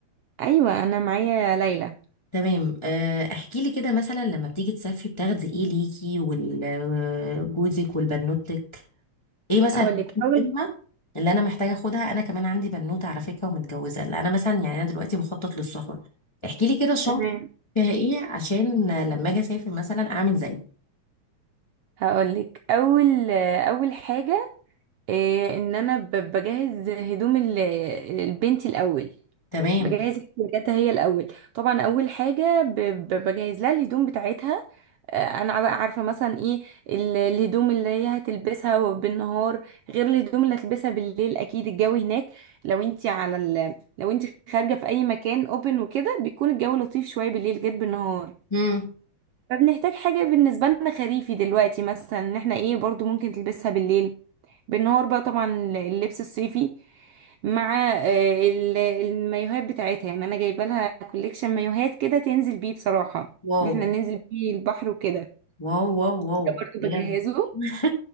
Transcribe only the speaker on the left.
تمام آه، احكي لي كده مثلا لما بتيجي تسافري بتاخدي ايه ليكي وجوزك والبنوتك ايه مثلا
الحاجات
المهمة اللي انا محتاجة اخدها انا كمان عندي بنوتة على فكرة ومتجوزة لا، انا مثلا يعني انا دلوقتي بخطط للسفر احكي لي كده الشنطة
فيها ايه عشان لما اجي اسافر مثلا اعمل زي
تمام
مم.
واو
واو واو واو
بجد
<laughs>